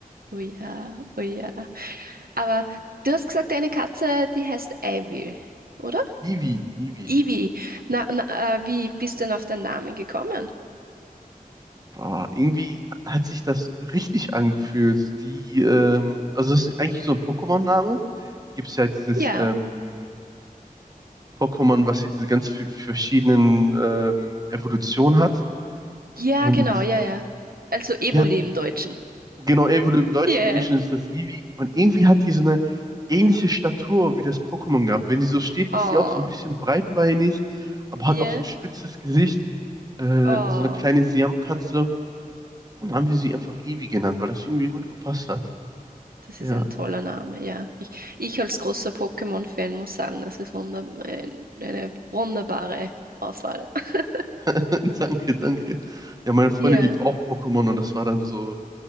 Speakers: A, on the right; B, on the right.
A: oh ja, oh ja. Aber du hast gesagt, deine Katze, die heißt Ivy, oder?
B: Ivy, Ivy.
A: Ivy. Na, na, äh, wie bist du denn auf den Namen gekommen?
B: Boah, irgendwie hat sich das richtig angefühlt. Die, ähm, also das ist eigentlich so ein Pokémon-Name. Gibt es ja dieses
A: Ja,
B: ähm, Pokémon, was ja diese ganz vi- verschiedenen ähm, Evolutionen hat.
A: ja,
B: Und
A: genau, ja, ja. Also Evoli
B: ja,
A: im Deutschen.
B: genau, Evolu im Deutschen,
A: Yeah.
B: im Englischen ist das Eevee. Und irgendwie hat die so eine ähnliche Statur wie das Pokémon gehabt. Wenn die so steht, ist
A: Oh,
B: sie auch so ein bisschen breitbeinig, aber hat
A: yeah.
B: auch so ein spitzes Gesicht, äh,
A: Oh.
B: so eine kleine Siamkatze. Und haben wir sie einfach Eevee genannt, weil das irgendwie gut gepasst hat.
A: Das
B: Ja.
A: ist ein toller Name, ja. Ich, ich als großer Pokémon-Fan muss sagen, das ist wunder ein- eine wunderbare Auswahl. <laughs>
B: <laughs> Danke, danke. Ja, meine Freundin
A: Ja,
B: liebt auch Pokémon und das war dann so,